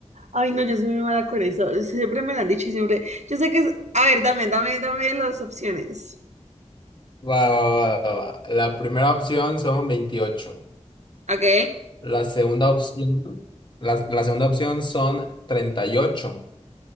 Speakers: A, on the right; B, on the left.
A: Ay, no, yo soy muy mala con eso. Siempre me lo han dicho y siempre. Yo sé que es. A ver, dame, dame, dame las opciones.
B: Va, va, va, va, va. La primera opción son 28.
A: ¿Ok?
B: La segunda opción, la, la segunda opción son treinta Y ocho.